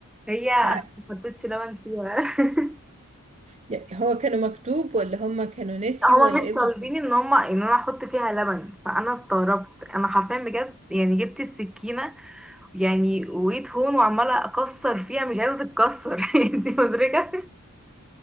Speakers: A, in the centre; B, on the right.
A: هي
B: يعني
A: ما حطيتش لبن فيها <laughs>
B: يعني هو كانوا مكتوب ولا هما كانوا نسيوا
A: هما
B: ولا
A: مش
B: ايه بالظبط
A: طالبين ان هما ان انا احط فيها لبن فانا استغربت انا حرفيا بجد يعني جبت السكينه يعني وقيت هون وعماله اكسر فيها مش عايزه تتكسر <laughs> انتي مدركه